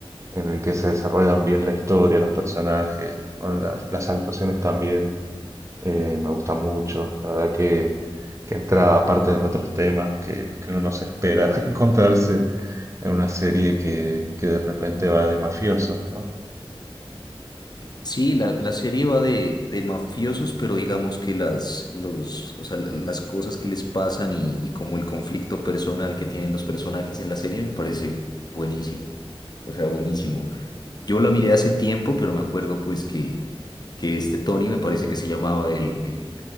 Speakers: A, on the right; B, on the left.
A: en el que se desarrollan bien la historia, los personajes, bueno, las, las actuaciones también, eh, me gusta mucho, la verdad que, que entra aparte en otros temas que, que uno no se espera <laughs> encontrarse en una serie que, que de repente va de mafiosos, ¿no?
B: Sí, la, la serie va de, de mafiosos, pero digamos que las, los, o sea, la- las cosas que les pasan y, y como el conflicto personal que tienen los personajes en la serie me parece buenísimo. O sea, buenísimo. Yo la miré hace tiempo, pero me acuerdo pues que, que este Tony me parece que se llamaba el, el,